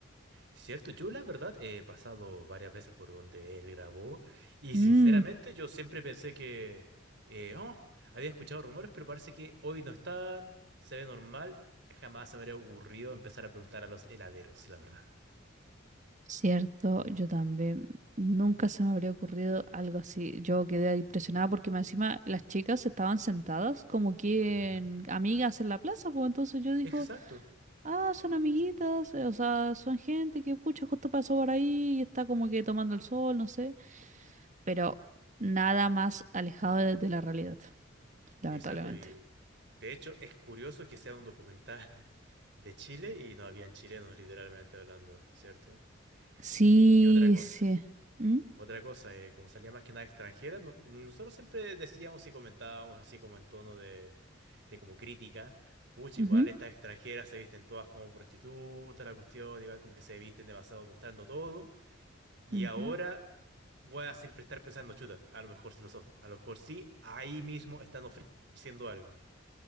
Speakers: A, on the right; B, on the right.
A: Cierto, yo la verdad he pasado varias veces por donde él grabó y
B: Mm.
A: sinceramente yo siempre pensé que eh, oh, había escuchado rumores, pero parece que hoy no están, se ve normal, jamás se me habría ocurrido empezar a preguntar a los heladeros, la verdad.
B: Cierto, yo también. Nunca se me habría ocurrido algo así. Yo quedé impresionada porque más encima las chicas estaban sentadas como quien
A: Ujú.
B: amigas en la plaza, pues entonces yo digo,
A: Exacto,
B: ah, son amiguitas, eh, o sea, son gente que pucha justo pasó por ahí y está como que tomando el sol, no sé. Pero nada más alejado de, de la realidad, lamentablemente.
A: exacto, y de hecho es curioso que sea un documental <laughs> de Chile y no habían chilenos literalmente hablando, ¿cierto?
B: Sí,
A: Y otra cosa.
B: sí. ¿Mm?
A: Otra cosa, eh, como salía más que nada extranjera, no- nosotros siempre decíamos y comentábamos así como en tono de, de como crítica, pucha,
B: Ujú,
A: igual estas extranjeras se visten todas como prostitutas, la cuestión, igual como que se visten demasiado mostrando todo, y
B: ujú.
A: ahora voy a siempre estar pensando, chuta, a lo mejor sí lo son, a lo mejor sí, ahí mismo están ofreciendo algo.